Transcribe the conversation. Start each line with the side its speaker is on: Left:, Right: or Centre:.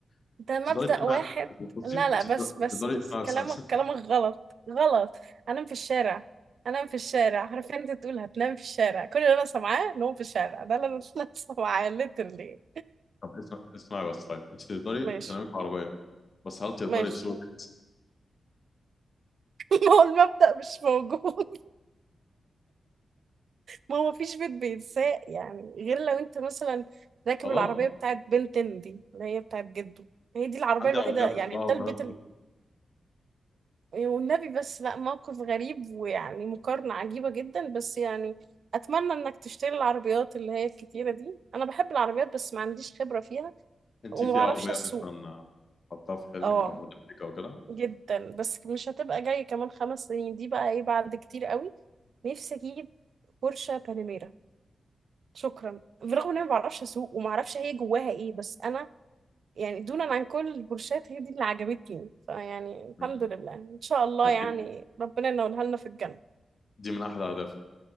Left: انت
Right: ده مبدأ
Left: تقدري تنامي
Right: واحد
Left: في الكرسي
Right: لا
Left: انت
Right: لا بس
Left: تقدر-
Right: بس
Left: تقدري
Right: بس
Left: اسمعي بس
Right: كلامك
Left: <laughs> بس-
Right: كلامك غلط غلط انام في الشارع انام في الشارع عارفين انت تقول هتنام في الشارع كل اللي انا سامعاه نوم في الشارع ده اللي انا <laughs> أنا سامعاه literally
Left: طب اسمع- اسمعي بس طيب انت تقدري
Right: ماشي
Left: تنامي في عربيه بس هل تقدري
Right: ماشي
Left: تسوقي
Right: <laughs> هو المبدأ مش موجود ما هو مفيش بيت بيتساق يعني غير لو انت مثلا راكب
Left: خلاص
Right: العربية بتاعت بنتين دي اللي هي بتاعت جده هي دي العربية
Left: عندي
Right: الوحيدة
Left: عربيه
Right: يعني
Left: بسوقها وبنام
Right: ده البيت ال...
Left: فيها.
Right: والنبي بس لا موقف غريب ويعني مقارنة عجيبة جدا بس يعني أتمنى إنك تشتري العربيات اللي هي الكتيرة دي أنا بحب العربيات بس ما عنديش خبرة فيها
Left: انت
Right: وما
Left: في
Right: بعرفش
Left: عربيه
Right: أسوق
Left: مثلا حطها في حلمك
Right: اه
Left: او هدفك او كده
Right: جدا بس مش هتبقى جاية كمان خمس سنين دي بقى ايه بعد كتير قوي نفسي أجيب بورشة باناميرا شكرا برغم ان انا ما بعرفش اسوق وما اعرفش هي جواها ايه بس انا يعني دونا عن كل البورشات هي دي اللي عجبتني فيعني الحمد
Left: مم.
Right: لله ان شاء الله
Left: آه،
Right: يعني
Left: دي
Right: ربنا ينولها لنا في الجنه
Left: دي من احلى اهدافي